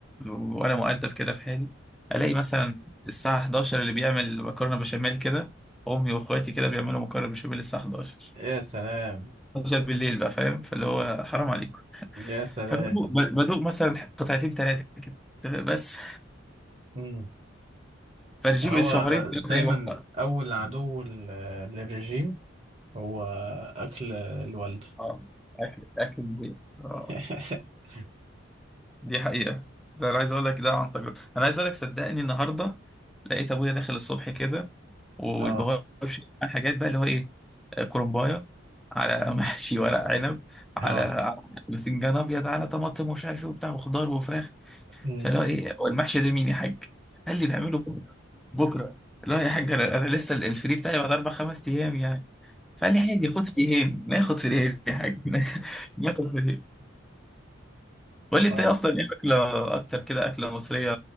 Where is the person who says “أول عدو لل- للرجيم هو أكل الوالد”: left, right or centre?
Right